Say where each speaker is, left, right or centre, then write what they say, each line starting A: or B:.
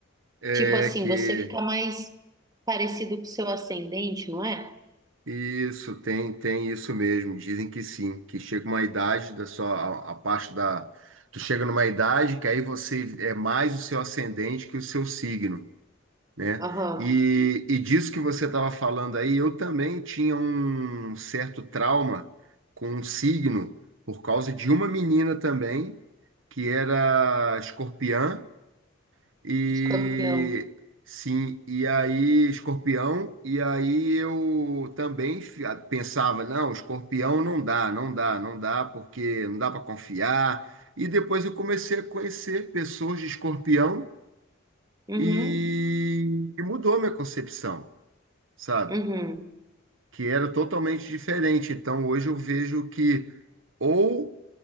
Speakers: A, on the right; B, on the right.
A: É
B: Tipo assim,
A: que.
B: você fica mais parecido com o seu ascendente, não é?
A: Isso, tem, tem isso mesmo. Dizem que sim, que chega uma idade da sua, a, a parte da, tu chega numa idade que aí você é mais o seu ascendente que o seu signo, né?
B: Aham,
A: E, e disso que você estava falando aí, eu também tinha um certo trauma com um signo por causa de uma menina também que era escorpiã. E
B: Escorpião.
A: sim, e aí Escorpião, e aí eu também fi- ah, pensava, não, Escorpião não dá, não dá, não dá, porque não dá para confiar. E depois eu comecei a conhecer pessoas de Escorpião
B: Uhum,
A: e, e mudou minha concepção, sabe?
B: uhum,
A: Que era totalmente diferente. Então hoje eu vejo que ou